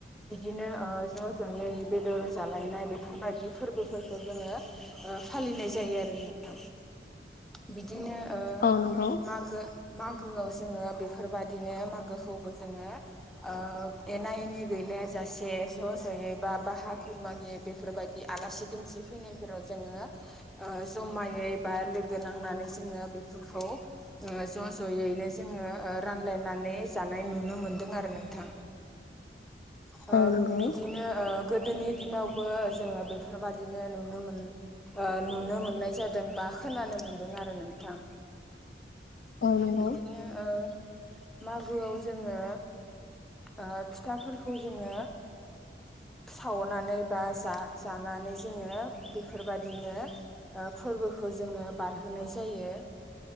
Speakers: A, in the centre; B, on the left.
A: बिदिनो ओ ज' ज'यै बेदर जालायनाय बेफोरबायदि फोरबो फोरखौ जोङो ओ फालिनाय जायो आरो नोंथां। बिदिनो ओ
B: औ नंगौ
A: मागो मागोआव जोङो बेफोरबायदिनो मागोखौबो जोङो ओ एना एनि गैलायाजासे ज' ज'यै बा बाहा खुरमा गैयै बेफोरबायदि आलासि दुमसि फैनायफोराव जोङो ओ जमायै बा लोगो नांनानै जोङो बेफोरखौ ओ ज' ज'यैनो जोङो रानलायनानै जानाय नुनो मोनदों आरो नोंथां
B: औ
A: ओ
B: नंगौ
A: बिदिनो ओ गोदोनि दिनावबो जोङो बेफ बेफोरबायादिनो नुनो मोन ओ नुनो मोननाय जादों बा खोनानो मोनदों आरो नोंथां
B: औ नंगौ
A: बिदिनो ओ मागोआव जोङो ओ फिथाफोरखौ जोङो सावनानै बा जा जानानै जोङो बेफोरबादिनो ओ फोरबोखौ जोङो बारहोनाय जायो